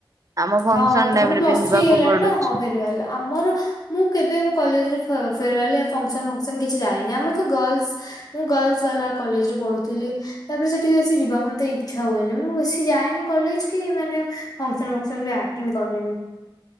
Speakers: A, on the right; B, on the left.
A: ଆମ ଫଙ୍କସନ
B: ହଁ ତମର
A: ଟାଇମ ରେ
B: ପ୍ଲସ
A: ପିନ୍ଧିବାକୁ
B: ଥ୍ରୀ ହେଇଗଲାଣି
A: ପଡୁଛି।
B: ନା ହଁ ଫେରୱାଲେ ଆମର ମୁଁ କେବେ ଆମ କଲେଜରେ ଫ ଫେରୱାଲେ ୟା ଫମ୍ପସ ଫମ୍ପସନ୍ କିଛି ଯାଏନି ଆମର ତ ଗଲସ୍ ମୁଁ ଗର୍ଲସ ବାଲା କଲେଜ ରେ ପଢୁଥିଲି। ତାପରେ ସେଠି ବେଶୀ ଯିବାକୁ ମତେ ଇଚ୍ଛା ହୁଏନି ମୁଁ ବେଶସି ଯାଏନି କଲେଜ କି ମାନେ ଫଙ୍କସନ ବି ଆର୍ଟେନ୍ କରେନି।